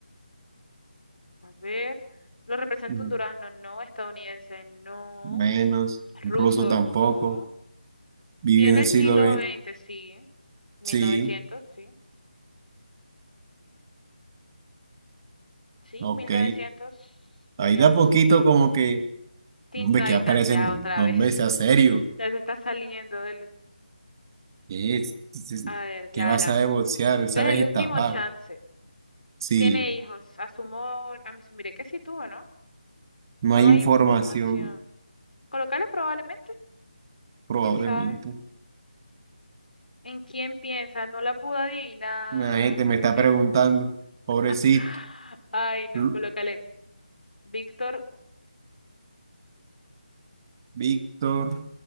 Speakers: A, on the left (about 80°); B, on the right (about 30°).
A: A ver. ¿Lo representa
B: Mm,
A: un durazno? No. Estadounidense, no.
B: Menos. Ruso
A: Ruso,
B: tampoco.
A: no.
B: Vivió
A: Vio en
B: en el
A: el
B: siglo
A: siglo
B: XX.
A: XX, sí. 1900,
B: Sí,
A: sí. Sí,
B: ok.
A: 1900 sería
B: Ahí da
A: un
B: poquito
A: sí.
B: como que.
A: Teen
B: "No, Hombre,
A: Titans,
B: que aparecen.
A: ya otra
B: no,
A: vez.
B: Hombre, sea
A: <laughs>
B: serio.
A: Ya se está saliendo del
B: ¿Qué es? Dices,
A: A ver, ya
B: ¿Qué vas
A: las.
B: a negociar? ¿Sabes
A: Desde el último
B: estafar?
A: chance.
B: Sí,
A: Tiene hijos. Asumo, a mí asumiré que sí tuvo, ¿no? No
B: no hay
A: hay
B: información,
A: información. Colocarle probablemente,
B: probablemente.
A: quién sabe. ¿En quién piensa? No la pude adivinar.
B: La gente me está
A: Ok.
B: preguntando, pobrecito,
A: <gasps> Ay, no,
B: Lu-
A: colócale Víctor
B: Víctor